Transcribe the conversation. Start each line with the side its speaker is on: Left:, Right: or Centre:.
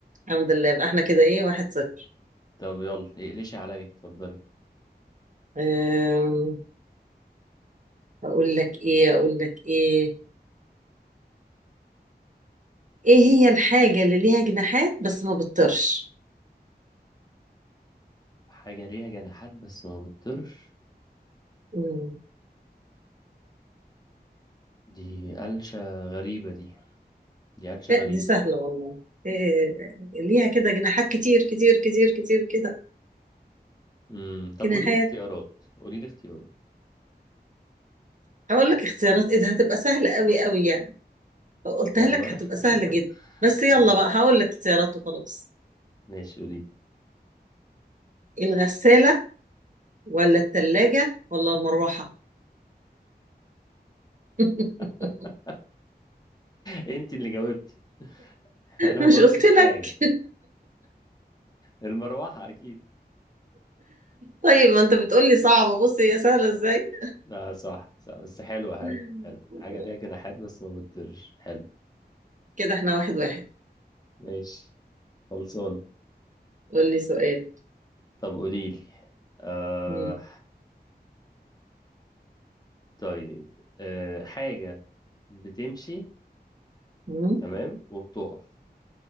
Right: الحمد لله يبقى احنا كده ايه واحد صفر
Left: طب يلا اقلشي عليا اتفضلي
Right: آم، أقول لك ايه أقول لك ايه ايه هي الحاجة اللي ليها جناحات بس ما بتطيرش؟
Left: حاجه ليها جناحات بس ما بتطيرش
Right: مم.
Left: دي قلشة غريبة دي دي قلشة
Right: لا
Left: غريبة
Right: دي سهلة والله إيه ليها كده جناحات كتير كتير كتير كتير كده
Left: امم طب
Right: جناحات
Left: قولي لي اختيارات قولي لي اختيارات
Right: هقول لك اختيارات ايه ده هتبقى سهلة قوي قوي يعني لو قلتها
Left: والله
Right: لك هتبقى سهلة
Left: <laughs>
Right: جدا بس يلا
Left: هت...
Right: بقى هقول لك اختيارات وخلاص
Left: ماشي قولي
Right: الغسالة ولا التلاجة ولا المروحة <laughs>
Left: <laughs> انت اللي جاوبتي <laughs> انا
Right: مش
Left: ما قلتش
Right: قلت لك
Left: حاجة المروحة اكيد
Right: طيب ما انت بتقولي صعبة بص هي سهلة ازاي
Left: اه صح صح بس حلوة حلو
Right: <laughs>
Left: حلو حاجة ليها جناحات بس ما بتطيرش حلو
Right: كده احنا واحد واحد
Left: ماشي خلصان
Right: قول لي سؤال
Left: طب قولي لي آه...
Right: مم.
Left: طيب آه... حاجة بتمشي
Right: مم.
Left: تمام وبتقف